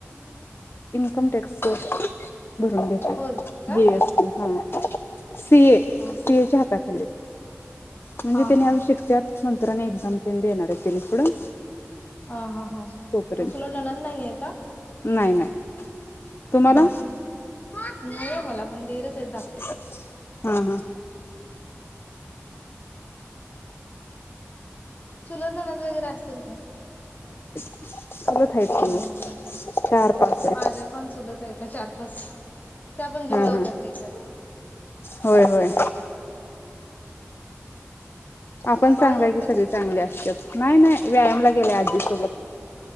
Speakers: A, on the left; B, on the left.
A: कम टेक स भरुन घेतो
B: होय का
A: बीअसची हा. सीए सीएच्या
B: हा
A: हाताखाली. म्हणजे
B: हा
A: तेने
B: हा
A: आजुन शिकत्यात. त्रने एक्झाम तीन देणार आहेत पुढं
B: हा हा हा हा
A: तोपर्यंत
B: मग तुला ननंद नाहीये का?
A: नाही नाही. तुम्हाला
B: हम् हम नाही मला पण दीरच हाय धा
A: <unintelligible> हा हा
B: चुलत नंनद वगैरे असतील की.
A: <unintelligible> आहेत
B: हम्म,
A: की मग चार पाच आहेत
B: माझ्या पण चुलत हाइत चार पाच त्या पण जीव
A: हा
B: लावतात
A: हा
B: लई खर.
A: होय होय आपण चांगलाय
B: बाळ झोपलं
A: की सगळे
B: नाही?
A: चांगले असतात. नाही नाही व्यायामला गेलाय आजीसोबत